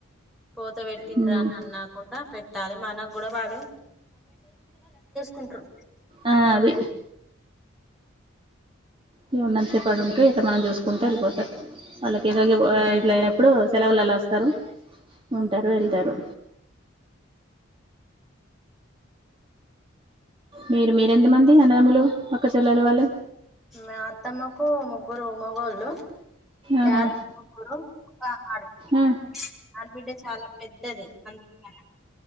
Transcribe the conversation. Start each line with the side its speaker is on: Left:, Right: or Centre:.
Centre: పోతే పెట్టిండ్రా
Right: హ్మ్
Centre: అని అన్నాకుండా పెట్టాలి మనకు గూడా వాడు కుంట్రు
Right: ఆ అది ఇగ ఉన్నంత సేపు ఆడుంటే ఇట్ల మనల్ని చూసుకుంటా వెళ్ళిపోతరు వాళ్ళకి ఏదో ఇగ ఇట్లా అయినప్పుడు సెలవులల్లోస్తరూ ఉంటరూ వెళ్తరూ మీరు మీరెంత మంది అన్నదములు అక్క చెల్లెల్లు వాళ్ళు
Centre: మా అత్తమ్మకు ముగ్గురు మోగోళ్ళు
Right: ఆహా
Centre: యారండ్లు ముగ్గురు ఒక ఆడపి
Right: ఆ
Centre: ఆడ్ బిడ్డే చాలా పెద్దది అందరికన్నా